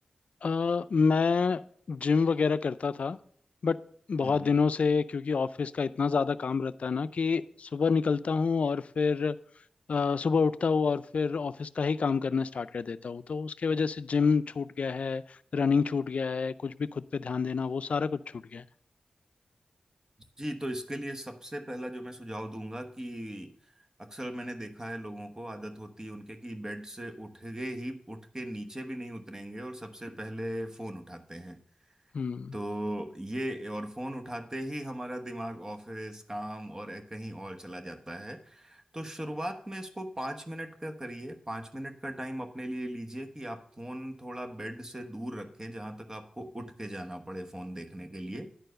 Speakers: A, on the left; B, on the right.
A: अ, मैं जिम वगैरह करता था बट बहुत
B: हम्म
A: दिनों से क्योंकि ऑफिस का इतना ज़्यादा काम रहता है ना कि सुबह निकलता हूँ और फिर अ, सुबह उठता हूँ और फिर ऑफिस का ही काम करना स्टार्ट कर देता हूँ तो उसके वजह से जिम छूट गया है रनिंग छूट गया है कुछ भी खुद पे ध्यान देना वो सारा कुछ छूट गया है
B: जी तो इसके लिए सबसे पहला जो मैं सुझाव दूंगा कि अक्सर मैंने देखा है लोगों को आदत होती है उनके कि बेड से उठ गए ही उठ के नीचे भी नहीं उतरेंगे और सबसे पहले फोन उठाते हैं
A: हम्म
B: तो ये और फोन उठाते ही हमारा दिमाग ऑफिस काम और कहीं और चला जाता है तो शुरुआत में इसको पाँच मिनट का करिए पाँच मिनट का टाइम अपने लिए लीजिए कि आप फोन थोड़ा बेड से दूर रखें जहां तक आपको उठ के जाना पड़े फोन देखने के लिए